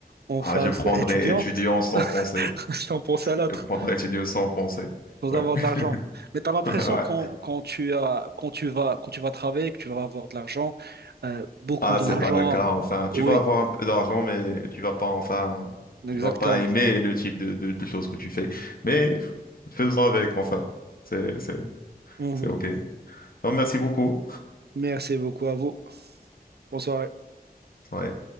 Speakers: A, on the right; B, on the left.
A: en
B: Ah,
A: phase
B: je prendrais
A: étudiant?
B: étudiant sans penser.
A: <laughs> Je t'en pense à l'autre.
B: Je prendrais étudiant sans penser.
A: sans
B: Ouais.
A: avoir
B: <laughs>
A: de l'argent. Mais tu as l'impression
B: Ouais.
A: quand, quand tu as, quand tu vas, quand tu vas travailler, que tu vas avoir de l'argent, euh, beaucoup
B: Ah,
A: d'argent.
B: c'est pas Donc, le euh, cas, enfin.
A: Oui,
B: Tu vas avoir un peu d'argent, mais tu vas pas, enfin,
A: exactement.
B: tu vas pas aimer le type de, de, de choses que tu fais. Mais faisons avec, enfin. C'est, c'est,
A: Mhm.
B: c'est OK. oui. Non, merci beaucoup.
A: Merci beaucoup à vous. Bonsoir.
B: Ouais.